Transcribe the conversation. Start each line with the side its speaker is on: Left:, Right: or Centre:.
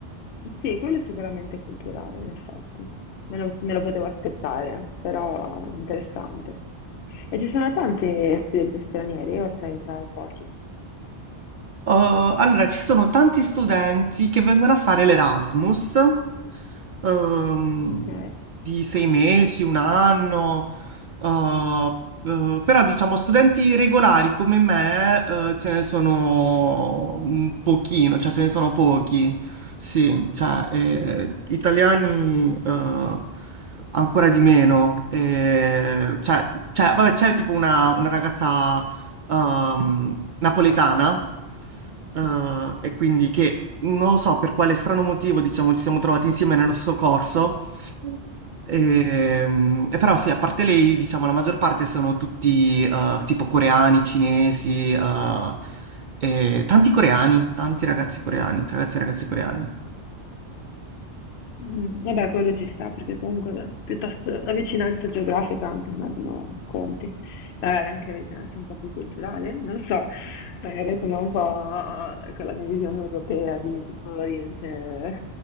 Left: Sì, quello è sicuramente culturale, in effetti. Me lo, me lo potevo aspettare, però interessante. E ci sono tanti studenti stranieri o sei tra i pochi?
Right: Uh, allora, ci sono tanti studenti che vengono a fare l'Erasmus, ehm,
Left: Ok.
Right: di sei mesi, un anno, uh, eh, però diciamo studenti regolari come me, eh, ce ne sono un pochino, cioè ce ne sono pochi, sì, cioè eh, italiani eh, ancora di meno, eh, cioè, cioè, vabbè c'è tipo una una ragazza ehm, napoletana, eh, e quindi che non lo so per quale strano motivo, diciamo, ci siamo trovati insieme nello stesso corso. E, mm, e però sì, a parte lei, diciamo, la maggior parte sono tutti eh, tipo coreani, cinesi, eh, e tanti coreani, tanti ragazzi coreani, ragazzi e ragazze coreani.
Left: Mm, Vabbè, quello ci sta, perché comunque beh, piuttosto la vicinanza geografica anche immagino conti, Eh, anche la vicinanza un po' più culturale, non lo so, magari sono un po' eh, con la mia visione europea di tutto l'Oriente